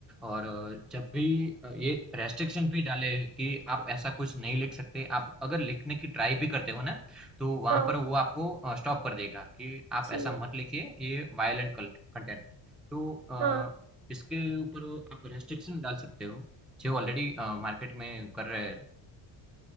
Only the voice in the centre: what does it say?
और अ, जब भी अ, ये रेस्ट्रिक्शन भी डाले कि आप ऐसा कुछ नहीं लिख सकते। आप अगर लिखने की ट्राई भी करते हो ना, तो वहाँ
पर वो आपको अ, स्टॉप कर देगा कि आप
ऐसा मत लिखिए, ये वायलेंट कंट कंटेंट है। तो अ,
इसके ऊपर वो आप रेस्ट्रिक्शन डाल सकते हो, जो ऑलरेडी अ, मार्केट में कर रहे हैं।